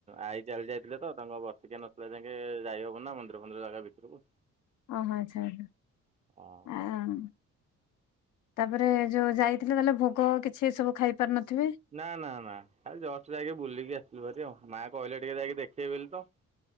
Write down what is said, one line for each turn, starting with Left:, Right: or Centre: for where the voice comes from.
Right: ଆଇ ଚାଲି ଯାଇଥିଲେ ତ ତାଙ୍କ ବର୍ଷିକିଆ ନସରିଲା ଯାକେ ଯାଇହବନି ନା ମନ୍ଦିର ଫନ୍ଦିର ଜାଗା ଭିତୁରୁକୁ।
Left: ଅ ହୋ ଆଚ୍ଛା ଆଛା
Right: ହଁ।
Left: ଆ ତାପରେ ଯୋ ଯାଇଥିଲେ ତାଲେ ଭୋଗ କିଛି ଏ ସବୁ ଖାଇପାରୁ ନଥିବେ।
Right: ନା ନା ନା ଖାଲି ଜଷ୍ଟ ଯାଇକି ବୁଲିକି ଆସିଲୁ ଭାରି ଆଉ ମା କହିଲେ ଟିକେ ଯାଇକି ଦେଖିଏ ବୋଲି ତ।